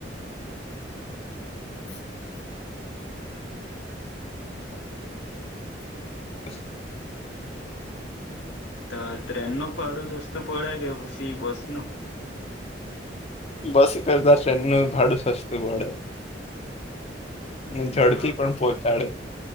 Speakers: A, on the left; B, on the left.
A: <inaudible> <inaudible> <inaudible> <inaudible> <inaudible> <inaudible>
B: તો ટ્રેનનું ભાડું સસ્તું પડે કે પછી બસ નું
A: બસ કરતા ટ્રેન નું ભાડું સસ્તું પડે ને ઝડપી
B: હ હ
A: પણ પહોંચાડે